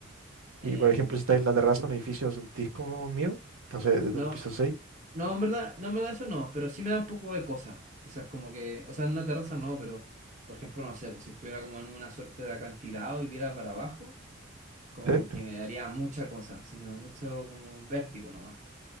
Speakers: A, on the right (about 35°); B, on the right (about 80°).
A: Eh,
B: Y por ejemplo, si estáis en la terraza de un edificio, sentís como mío, no sé, desde
A: no,
B: un piso seis
A: no, en verdad, no, en verdad eso no, pero sí me da un poco de cosa. Quizás como que, o sea, en una terraza no, pero por ejemplo, no sé, pues, si estuviera como en una suerte de acantilado y viera para abajo, como
B: ¿Sí?
A: que me daría mucha cosa, así como mucho como vértigo nomás.